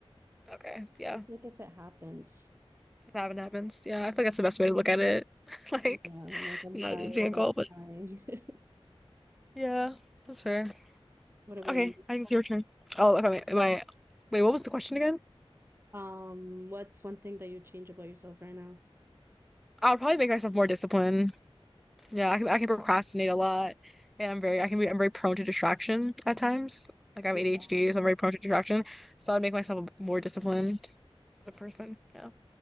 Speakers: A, in the centre; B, on the right.
A: Okay, yeah.
B: Just like if it happens.
A: If that happens, yeah, I feel like that's the best way to look at it. <laughs> Like,
B: Yeah, like I'm
A: not
B: tired
A: a being a goal,
B: of
A: but
B: trying. <laughs>
A: yeah, that's fair.
B: What about
A: Okay,
B: you?
A: I think it's your turn. Oh, if I am I wait, what was the question again?
B: Um, what's one thing that you change about yourself right now?
A: I would probably make myself more disciplined. Yeah, I can, I can procrastinate a lot, and I'm very I can be I'm very prone to distraction at times. Like I
B: Yeah.
A: have ADHD, so I'm very prone to distraction. So I'd make myself a bit more disciplined as a person. Yeah,